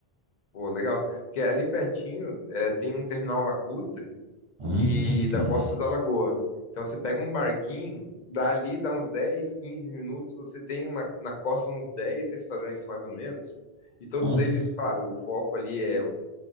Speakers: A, on the left; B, on the right.
A: Pô, legal. Porque ali pertinho é, tem um terminal lacustre
B: Hum,
A: que
B: que
A: da
B: massa.
A: Costa da Lagoa. Então você pega um barquinho, dali dá uns 10, 15 minutos, você tem uma, na costa uns 10 restaurantes mais ou menos. E todos
B: Nossa.
A: eles, claro, o foco ali é,